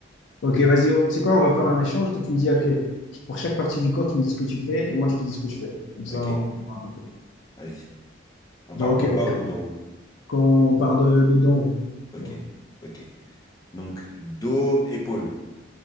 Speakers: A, on the left; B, on the left.
A: Ok, vas-y, oh, tu sais quoi, on va faire un échange. Toi, tu me dis, ok,
B: Ouais,
A: pour chaque partie du corps, tu me dis ce que tu fais et moi, je te dis ce que je fais. Comme ça,
B: ok,
A: on comprend un peu.
B: vas-y. On
A: Genre,
B: part
A: ok,
B: d'en bas
A: ouais.
B: ou d'en haut?
A: Quand on part de, de dents.
B: Ok,
A: Non.
B: ok. Donc, dos, épaule.